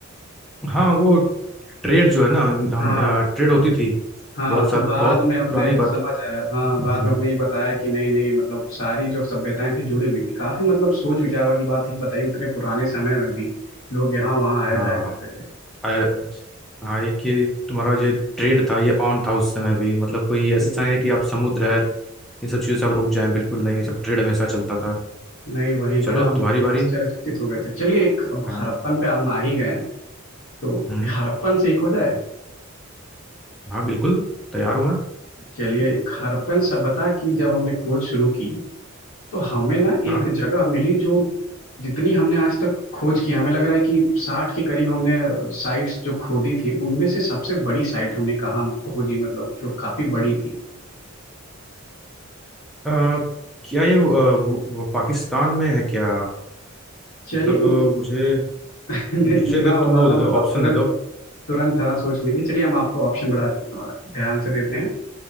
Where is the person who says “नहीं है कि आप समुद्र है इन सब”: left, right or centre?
Centre